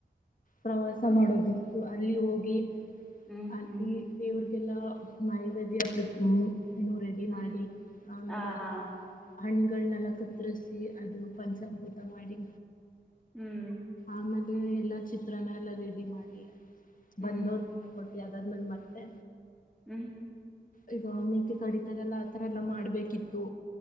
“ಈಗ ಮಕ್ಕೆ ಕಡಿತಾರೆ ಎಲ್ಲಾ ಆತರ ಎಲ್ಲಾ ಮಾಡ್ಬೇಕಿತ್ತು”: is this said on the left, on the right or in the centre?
Left